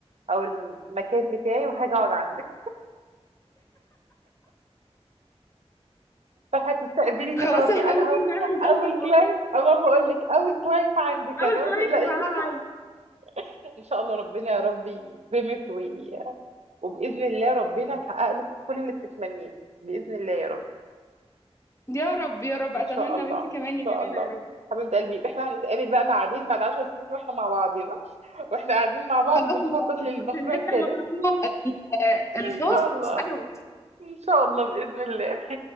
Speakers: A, on the right; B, on the left.
A: او المكان بتاعي وهاجي اقعد عندك فهتستقبليني
B: خلاص
A: خلاص
B: احنا
A: انا
B: ممكن
A: اهو
B: نعمل ده لده
A: اول كلاينت اما بقول لك اول كلاينت عندك
B: اول
A: انا
B: كلاينت
A: ما تقلقيش
B: معاها عيل
A: <laughs> ان شاء الله ربنا يا رب يكرمك وي... وباذن الله ربنا يحقق لك كل اللي بتتمنيه باذن الله يا رب
B: يا رب يا رب
A: ان
B: اتمنى
A: شاء الله
B: وانت
A: ان
B: كمان يا جميله
A: شاء الله
B: يا رب
A: حبيبه قلبي يبقى احنا هنتقابل بقى بعدين بعد 10 سنين واحنا مع بعضينا واحنا قاعدين مع بعض
B: خلاص
A: بنخطط
B: موافقه
A: للمشروع
B: عشان
A: الثالث
B: نفتح مشروعنا ال- آه، الخاص
A: ان شاء الله
B: انا وانت
A: ان شاء الله باذن الله